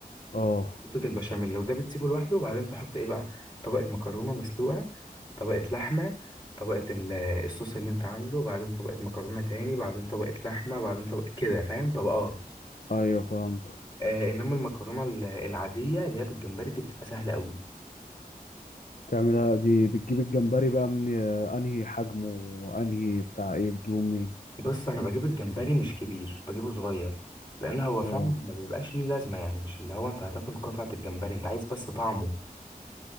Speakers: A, on the left; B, on the left.
A: اه
B: خلطة البشاميل لو ده بتسيبه لوحده وبعدين تحط ايه بقى طبقة مكرونة مسلوقة طبقة لحمة طبقة ال- الصوص اللي انت عامله وبعدين طبقة مكرونة تاني بعدين طبقة لحمة بعدين طبقة كده فاهم طبقات
A: ايوه فهمتك
B: آه انما المكرونة ال- العادية اللي هي بالجمبري دي بتبقى سهلة قوي
A: تعملها دي بتجيب الجمبري بقى من آه، انهي حجمه وانهي بتاع ايه بتجيبه منين
B: بص انا بجيب الجمبري مش كبير بجيبه صغير لان هو فعلا
A: اه
B: ما بيبقاش ليه لازمة يعني مش اللي هو انت هتاكل قطعة الجمبري انت عايز بس طعمه